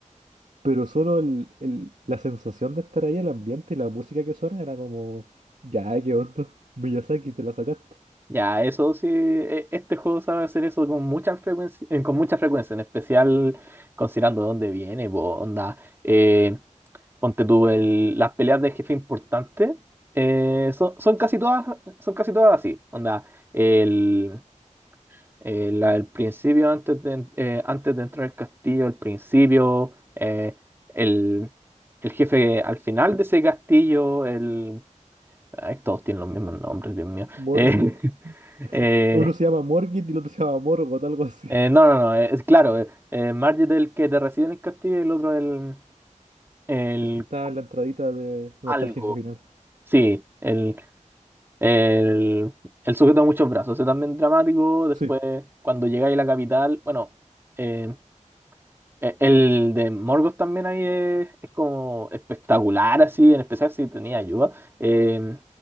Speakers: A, on the right; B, on the right.
A: Pero solo el- el- la sensación de estar ahí, el ambiente y la música que suena era como... Ya, eh, ¿qué onda? Miyazaki, te la sacaste.
B: ya, eso sí, e- este juego sabe hacer eso con mucha frecuencia, eh, con mucha frecuencia, en especial considerando de dónde viene, po, onda. eh, Ponte tú el- las peleas de jefe importante eh, son, son casi todas, son casi todas así. Onda, el, el- la del principio antes de, eh, antes de entrar al castillo, el principio, eh, el, el jefe al final de ese castillo, el. ay, todos tienen los mismos nombres, Dios mío.
A: Morgit.
B: Eh, <laughs> eh,
A: Uno se llama Morgit y el otro se llama Morgoth, algo así.
B: eh, no, no, no, eh, es claro, eh, eh, Marge es el que te recibe en el castillo y el otro el, el
A: El que está en la entradita de donde
B: algo.
A: está el jefe final.
B: Sí, el, El, el sujeto de muchos brazos, ese también dramático. Después,
A: Sí,
B: cuando llegáis a la capital, bueno, eh, e- el de Morgoth también ahí es, es como espectacular, así, en especial si tenía ayuda. Eh,